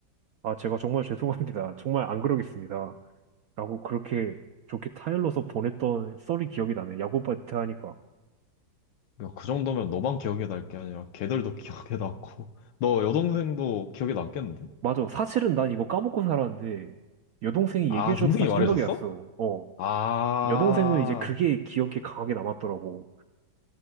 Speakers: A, on the right; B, on the left.
A: 아, 제가 정말 <laughs> 죄송합니다. 정말 안 그러겠습니다. 라고 그렇게 좋게 타일러서 보냈던 썰이 기억이 나네. 야구바이트 하니까.
B: 야, 그 정도면 너만 기억에 날 게 아니라 걔들도 <laughs> 기억에 남고, 너 여동생도 기억에 남겠는데?
A: 맞아. 사실은 난 이거 까먹고 살았는데 여동생이
B: 아,
A: 얘기해줘서
B: 동생이
A: 다시
B: 말해줬어?
A: 생각이 났어. 어.
B: 아,
A: 여동생은 이제 그게 기억에 강하게 남았더라고.